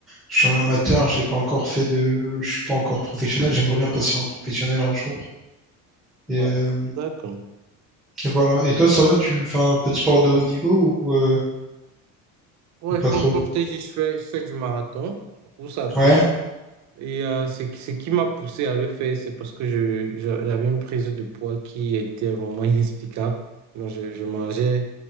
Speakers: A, in the centre; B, on the right.
A: je suis en amateur, j'ai pas encore fait de je suis pas encore professionnel, j'aimerais bien passer en professionnel un jour. Et,
B: oh,
A: euh,
B: d'accord.
A: et voilà. Et toi ça va, tu fais un peu de sport de haut niveau ou, euh,
B: Ouais,
A: ou pas
B: comme,
A: trop?
B: comme je t'ai dit, je fais, je fais du marathon, course à pied.
A: Ouais,
B: Et euh, ce, qui- ce qui m'a poussé à le faire, c'est parce que je, je- j'avais une prise de poids qui était vraiment <laughs> inexplicable. Donc, je, je mangeais